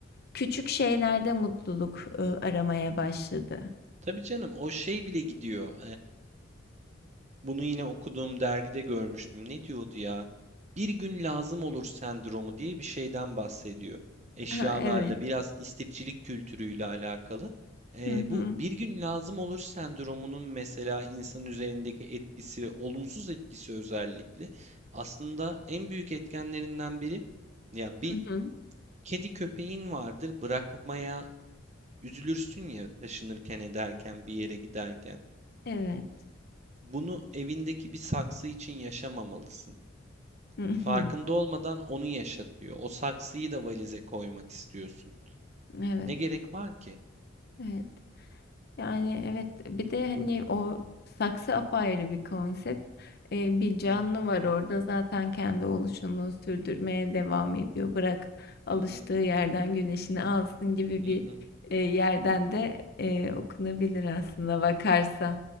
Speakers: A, on the left; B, on the right.
A: küçük şeylerde mutluluk e, aramaya başladı.
B: Tabii canım o şey bile gidiyor. Bunu yine okuduğum dergide görmüştüm. Ne diyordu ya? Bir gün lazım olur sendromu diye bir şeyden bahsediyor. Eşyalarla
A: Ha, evet.
B: biraz istifçilik kültürüyle alakalı. Ee,
A: Hı hı.
B: bu bir gün lazım olur sendromunun mesela insan üzerindeki etkisi, ve olumsuz etkisi özellikle aslında en büyük etkenlerinden biri ya bir
A: Hı hı.
B: kedi köpeğin vardır bırakmaya üzülürsün ya taşınırken ederken bir yere giderken.
A: Evet.
B: Bunu evindeki bir saksı için yaşamamalısın.
A: Hı hı.
B: Farkında olmadan onu yaşatıyor. O saksıyı da valize koymak istiyorsun.
A: Evet.
B: Ne gerek var ki?
A: Evet. Yani evet bir de hani o saksı apayrı bir konsept. Ee, bir canlı
B: Hı hı,
A: var orada zaten kendi oluşunu sürdürmeye devam ediyor. Bırak alıştığı
B: hı hı,
A: yerden güneşini alsın gibi
B: hı
A: bir
B: hı.
A: e, yerden de e, okunabilir aslında bakarsan.